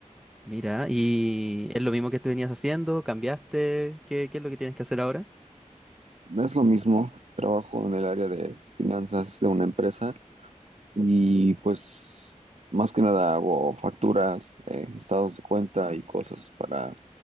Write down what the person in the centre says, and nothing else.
Mira, ¿y es lo mismo que te venías haciendo? ¿Cambiaste? ¿Qué, qué es lo que tienes que hacer ahora?